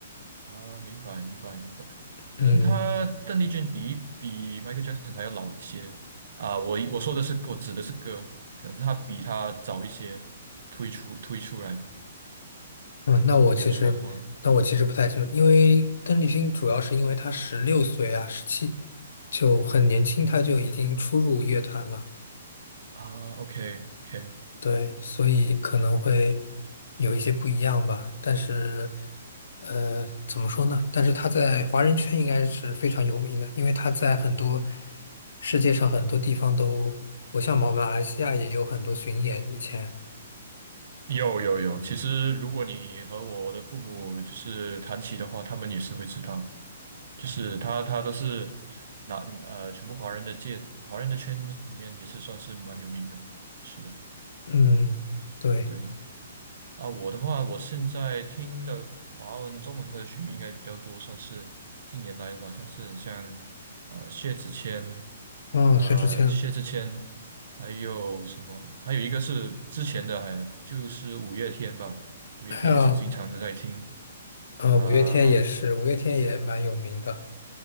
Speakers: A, on the right; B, on the left.
A: 啊，明白明白明白，可能他邓丽君比比
B: 嗯
A: Michael Jackson 还要老一些啊。我我说的是我指的是歌，可能他比他早一些推出推出来，
B: 嗯，那我其实那我其实不太清楚，
A: 如果没有错的话
B: 因为邓丽君主要是因为她十六岁啊，十七就很年轻，她就已经初入乐团了。
A: 啊。OK OK，
B: 对，所以可能会有一些不一样吧。但是，呃，怎么说呢？但是他在华人圈应该是非常有名的，因为他在很多世界上很多地方都，我像马来西亚也有很多巡演以前。
A: 有有有，其实如果你和我的父母就是谈起的话，他们也是会知道，就是他他都是拿呃全部华人的界华人的圈里面也是算是蛮有名的，是
B: 嗯，对，
A: 对。啊，我的话，我现在听的华文、中文歌曲应该比较多，算是近年来的吧，像是像呃薛之谦，
B: 嗯，
A: 呃薛之谦，
B: 薛之谦，
A: 还有什么？还有一个是之前的，还就是五月天吧，五月天也是经常的在听
B: 还有，呃，
A: 啊、
B: 五月天也是，五月天也蛮有名的，